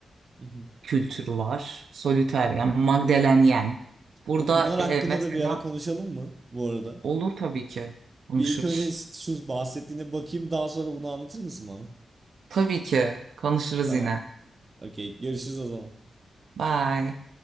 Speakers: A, on the right (about 35°); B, on the right (about 85°).
A: <laughs>
B: kültürü var. Solitaire, yani Magdalenyen. Burada
A: O bunlar
B: e,
A: hakkında
B: mesela
A: da bir ara konuşalım mı bu arada?
B: olur tabii ki konuşuruz.
A: Bir ilk önce şu bahsettiğine bakayım daha sonra bunu anlatır mısın bana?
B: Tabii ki konuşuruz
A: Tamam.
B: yine.
A: Okey. Görüşürüz o zaman.
B: Bye.